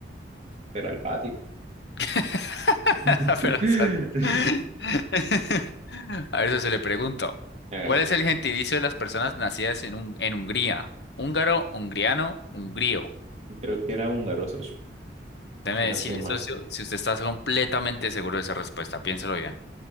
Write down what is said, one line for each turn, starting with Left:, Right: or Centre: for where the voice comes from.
Right: pero al patio.
Left: <laughs>
Right: <laughs>
Left: Pero, o sea, <laughs> a eso se le pregunto.
Right: Hágale.
Left: ¿Cuál es el gentilicio de las personas nacidas en, un, en Hungría? Húngaro, hungriano, hungrío.
Right: Creo que era húngaro, socio.
Left: Déjeme
Right: Que no
Left: decirle,
Right: estoy mal.
Left: socio, si usted está completamente seguro de esa respuesta, piénselo bien.